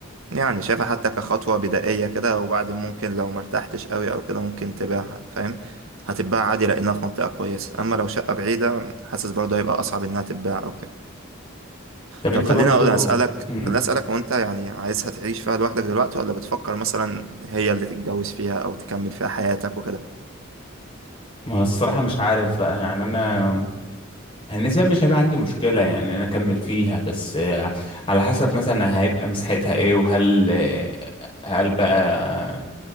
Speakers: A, on the right (about 85°); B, on the left (about 25°).
A: يعني شايفها حتى كخطوه بدائيه كده وبعدين ممكن لو مرتحتش قوي او كده ممكن تبيعها فاهم هتتباع عادي لانها في منطقه كويسه اما لو شقه بعيده حاسس برضه هيبقى اصعب انها تتباع او كده
B: طب انت
A: طب خليني
B: برضو
A: اقول اسالك
B: مم.
A: خليني اسالك وانت يعني عايزها تعيش فيها لوحدك دلوقتي ولا بتفكر مثلا هي اللي تتجوز فيها او تكمل فيها حياتك وكده
B: ما الصراحة مش عارف بقى يعني انا النسبة مش هيبقى عندي مشكلة يعني انا اكمل فيها بس آه، على حسب مثلا هيبقى مساحتها ايه وهل آه، هل بقى